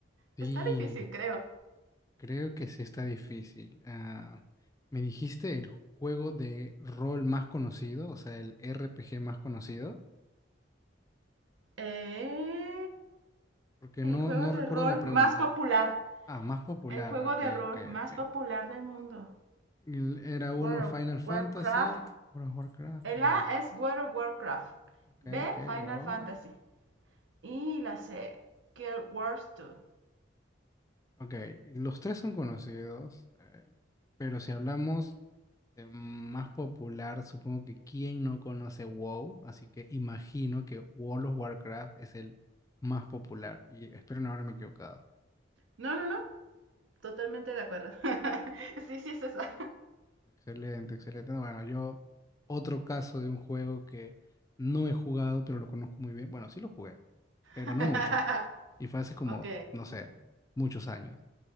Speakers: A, on the left; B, on the right.
A: sí,
B: Está difícil, creo.
A: creo que sí está difícil. Ah, ¿me dijiste el juego de rol más conocido, o sea, el RPG más conocido?
B: Eh,
A: Porque no,
B: juego
A: no
B: de
A: recuerdo
B: rol
A: la pregunta.
B: más popular.
A: Ah, más popular,
B: El juego
A: ok,
B: de rol
A: ok,
B: más
A: ok.
B: popular del mundo.
A: El- Era
B: World
A: uno Final
B: of
A: Fantasy,
B: Warcraft.
A: uno Warcraft,
B: El
A: ah,
B: A es World of Warcraft.
A: ok,
B: B.
A: ok,
B: Final
A: wow.
B: Fantasy. Y la C. Guild Wars 2.
A: Ok, los tres son conocidos, eh, pero si hablamos de más popular, supongo que quién no conoce WoW, así que imagino que World of Warcraft es el más popular y espero no haberme equivocado.
B: No, no, no. Totalmente de acuerdo. <laughs> sí, sí es esa.
A: Excelente, excelente. No, Bueno, yo otro caso de un juego que no he jugado, pero lo conozco muy bien. Bueno, sí lo jugué, pero
B: <laughs>
A: no mucho. Y fue hace como,
B: Ok.
A: no sé, muchos años,